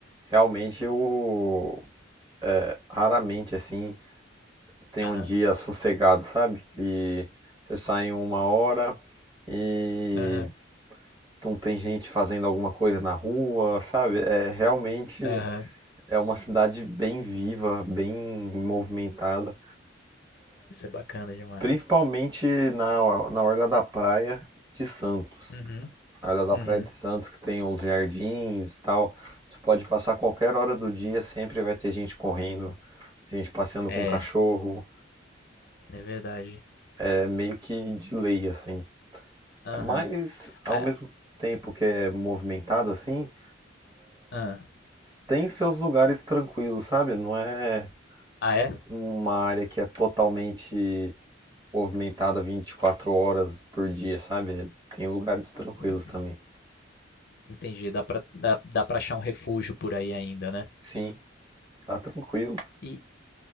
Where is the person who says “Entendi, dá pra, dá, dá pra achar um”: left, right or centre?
Left